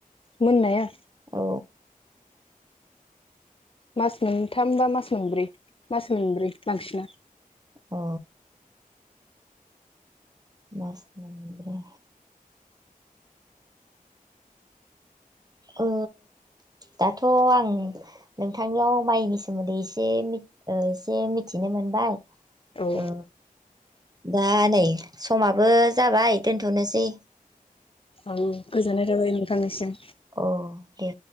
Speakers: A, on the left (about 35°); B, on the right (about 25°).
A: मोननाया?
B: औ
A: मास मोनथाम बा मास मोनब्रै मास मोनब्रै बांसिना।
B: अ मास मोनब्रै। ओ दाथ' आं नोंथांनियाव माइनि सोमोन्दै एसे एसे मिथिनो मोनबाय।
A: औ
B: ओ दा नै समाबो जाबाय दोनथ'नोसै।
A: औ गोजोननाय थाबाय नोंथांनिसिम।
B: औ दे।